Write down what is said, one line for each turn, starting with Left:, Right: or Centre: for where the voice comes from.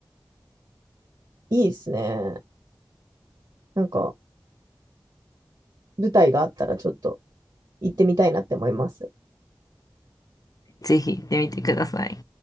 Right: いいですね。なんか、舞台があったらちょっと行ってみたいなって思います。
Left: ぜひ行ってみてください。